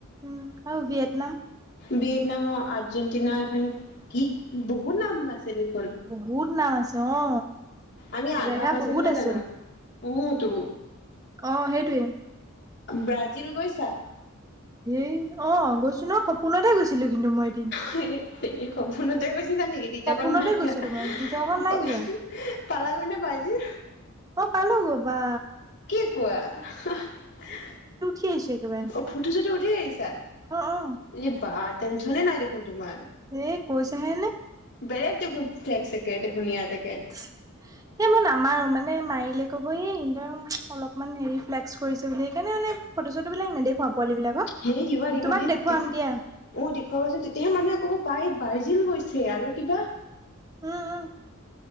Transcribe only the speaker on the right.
উ আৰু ভিয়েটনাম
বহুত নাম আছে অ
জেগা
বহুত আছে
অ সেইটোৱে
হেই অ গৈছো ন সপোনতে গৈছিলো কিন্তু মই এদিন
সপোনতে
গৈছিলো
মই দিঠৌখন নাই যোৱা
অ পালোগৈ বা
কি হৈছে একেবাৰে
অ অ
এই কৈছাহে নে
<unintelligible> এ মই নামাৰো মানে মাৰিলে কব এই ইন্দ অলপমান হেৰি ফ্লেক্স কৰিছে বুলি সেইকাৰণে মানে ফটো চটো বিলাক নেদেখুৱাও পোৱালি বিলাকক
তোমাক
দেখুৱাম
দিয়া
উম উ